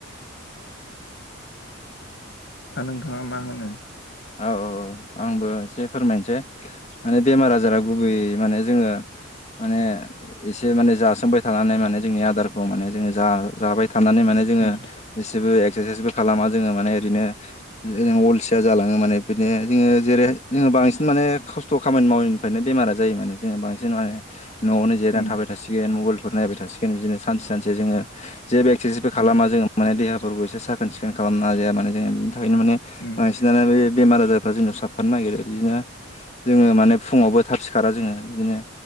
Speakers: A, on the left; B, on the left.
A: दा नोंथाङा मा होनो?
B: औ औ आंबो एसे फोरमायनोसै माने बेमार आजारा गुबै माने जोङो माने एसे माने जासोमबाय थानानै माने जोंनि आदारखौ माने जोङो जा-जाबाय थनानै माने जोङो
A: उम
B: जसेबो एक्सारसाइसबो खालामा जोङो माने ओरैनो ओ अलसिया जाला ङो माने बिदिनो जोङो जेरै जोङो बांसिन माने खस्थ' खामानि मावैनिफ्रायनो बेमारा जायो माने जोङो बांसिन माने न'आवावनो जिरायनानै
A: उम
B: थाबाय थासिगोन मबाइलफोर नायबाय थासिगोन बिदिनो सानसे सानसे जोङो जेबो एक्सारसाइसबो खालामा
A: उम
B: जोङो माने देहाफोरखौ एसे साखोन सिखोन खालामना जाया माने जोङो बिनि थाखायनो माने
A: उम
B: बेमार आजारफ्रा जोंनाव साबफानो नागिरो बिदिनो जोङो माने फुङावबो थाब सिखारा जोङो बिदिनो